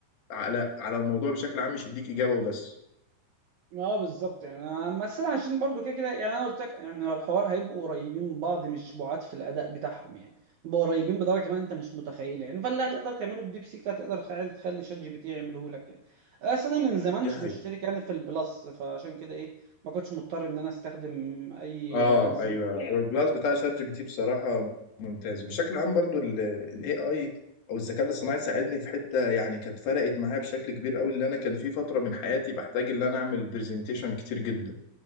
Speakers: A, on the left (about 70°); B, on the right (about 70°).
A: على على الموضوع بشكل عام مش يديك اجابه وبس
B: اه بالظبط يعني أنا- بس انا عشان برضو كده كده يعني انا قلت لك يعني هو الحوار هيبقوا قريبين من بعض مش بعاد في الاداء بتاعهم يعني يبقوا قريبين بدرجه كمان انت مش متخيله يعني فاللي هتقدر تعمله بديب سيك هتقدر عادي تخلي شات جي بي تي يعمله لك يعني بس انا من زمان مش
A: دي حقيقة
B: مشترك يعني في البلس فعشان كده ايه ما كنتش مضطر ان انا استخدم اي
A: اه
B: انظمه
A: ايوه
B: تانية
A: البلاس بتاع شات جي بي تي بصراحه ممتاز بشكل عام برضو الاي اي او الذكاء الاصطناعي ساعدني في حته يعني كانت فرقت معايا بشكل كبير قوي اللي انا كان في فتره من حياتي بحتاج ان انا اعمل برزنتيشن كتير جدا